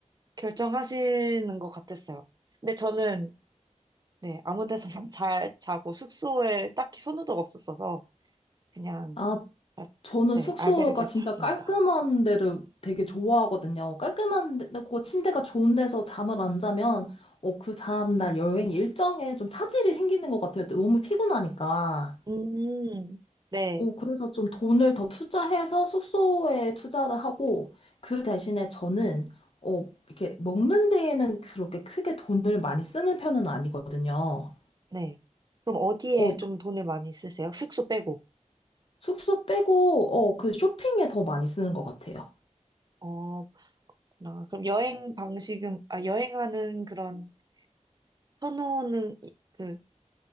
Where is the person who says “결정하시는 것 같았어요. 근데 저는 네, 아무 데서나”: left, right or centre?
Right